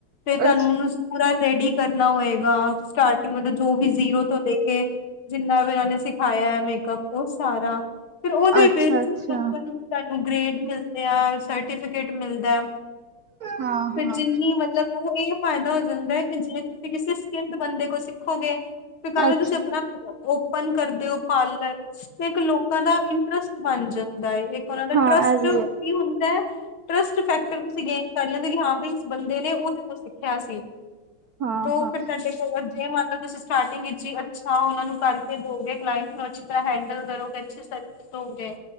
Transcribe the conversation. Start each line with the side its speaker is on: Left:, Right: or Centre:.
Left: ਫੇਰ ਤੁਹਾਨੂੰ
Right: ਅੱਛਾ।
Left: ਉਹਨੂੰ ਪੂਰਾ ਰੈਡੀ ਕਰਨਾ ਹੋਏਗਾ, ਸਟਾਰਟਿੰਗ ਮਤਲਬ, ਜੋ ਵੀ ਜ਼ੀਰੋ ਤੋਂ ਲੈ ਕੇ ਜਿੰਨਾ ਵੀ ਉਹਨਾਂ ਨੇ, ਸਿਖਾਇਆ ਮੇਕਅੱਪ ਉਹ ਸਾਰਾ ਫਿਰ ਉਹਦੇ
Right: ਅੱਛਾ-ਅੱਛਾ,
Left: ਵਿੱਚ ਹੀ ਆਪਾਂ ਨੂੰ ਸਾਨੂੰ ਗ੍ਰੇਡ ਮਿਲਦੇ ਆ, ਸਰਟੀਫਿਕੇਟ ਮਿਲਦਾ
Right: ਹਾਂ-ਹਾਂ,
Left: ਫਿਰ ਜਿੰਨੀ ਮਤਲਬ, ਉਹ ਇਹ ਫਾਇਦਾ ਹੋ ਜਾਂਦਾ ਹੈ, ਕਿ ਜੇ ਤੁਸੀਂ ਕਿਸੇ ਸਕਿਲਡ ਬੰਦੇ ਕੋਲ ਸਿੱਖੋਗੇ ਫਿਰ ਕੱਲ ਨੂੰ
Right: ਅੱਛਾ,
Left: ਤੁਸੀਂ, ਆਪਣਾ ਓਪਨ ਕਰਦੇ ਹੋ ਪਾਰਲਰ ਇੱਕ ਲੋਕਾਂ ਦਾ ਇੰਟਰਸਟ ਬਣ ਜਾਂਦਾ ਹੈ ਏ, ਇੱਕ ਉਹਨਾ ਦਾ
Right: ਹਾਂ
Left: ਟਰਸਟ
Right: ਇਹ
Left: ਵੀ
Right: ਹੈ।
Left: ਹੁੰ ਦਾ, ਟ੍ਸਟ ਫੈਕਟਰ ਤੁਸੀਂ ਗੇਨ ਕਰ ਲੈਂਦੇ ਹੋ, ਕਿ ਹਾਂ ਬਈ, ਇਸ ਬੰਦੇ ਨੇ ਉਹਦੇ ਕੋਲ ਸਿੱਖਿਆ ਸੀ
Right: ਹਾਂ-ਹਾਂ,
Left: ਤੋ ਫਿਰ, ਤੁਹਾਡੇ ਕੋਲ ਜੇ ਮੰਨ ਲਓ ਤੁਸੀਂ ਸਟਾਰਟਿੰਗ ਵਿੱਚ ਹੀ ਅੱਛਾ ਉਹਨਾ ਨੂੰ ਕਰਕੇ ਦੋਗੇ, ਕਲਾਇੰਟ ਨੂੰ ਅੱਛੀ ਤਰ੍ਹਾਂ ਹੈਂਡਲ ਕਰੋਗੇ, ਅੱਛੀ ਸਰਵਿਸ ਦੋਗੇ,